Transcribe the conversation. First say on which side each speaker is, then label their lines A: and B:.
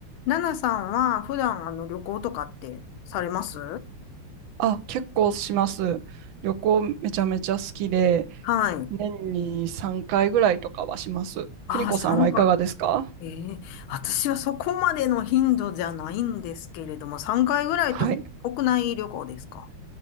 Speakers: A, on the left (about 75°); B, on the right (about 70°).
A: ナナさんは普段あの旅行とかってされます
B: あ、結構します。旅行めちゃめちゃ好きで、
A: はい。
B: 年に3回ぐらいとかはします。
A: ああ、
B: 邦子さんはいかがですか
A: 3回。ええ私はそこまでの頻度じゃないんですけれども、3回ぐらいと国内旅行ですか
B: はい。